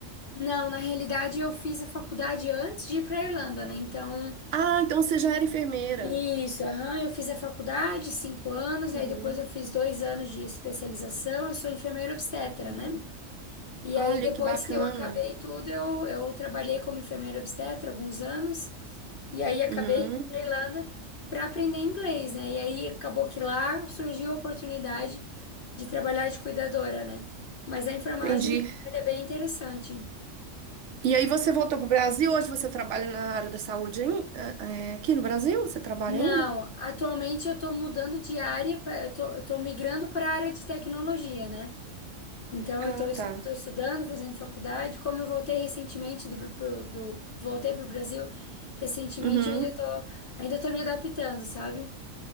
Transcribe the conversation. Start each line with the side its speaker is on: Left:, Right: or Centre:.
Left: Não, na realidade eu fiz a faculdade antes de ir pra Irlanda, né? Então.
Right: Ah, então você já era enfermeira.
Left: Isso, aham, Eu fiz a faculdade, cinco anos,
Right: Uhum,
Left: aí depois eu fiz dois anos de especialização, eu sou enfermeira obstetra,
Right: uhum.
Left: né? E
Right: Olha
Left: aí depois
Right: que bacana.
Left: que eu acabei tudo, eu, eu trabalhei como enfermeira obstetra alguns anos, e aí acabei
Right: Uhum.
Left: indo para Irlanda para aprender inglês, né? E aí acabou que lá surgiu a oportunidade de trabalhar de cuidadora, né? Mas a enfermagem
Right: Entendi.
Left: é bem interessante.
Right: E aí você voltou para o Brasil, hoje você trabalha na área da saúde ain- é, é, aqui no Brasil? Você trabalha
Left: Não,
Right: ainda?
Left: atualmente eu estou mudando de área, pra- eu estou migrando para a área de tecnologia, né? Então,
Right: Ah,
Left: eu estou
Right: tá.
Left: estudando, fazendo faculdade. Como eu voltei recentemente do, pro- do voltei para o Brasil recentemente,
Right: Uhum.
Left: eu ainda estou ainda tô me adaptando, sabe?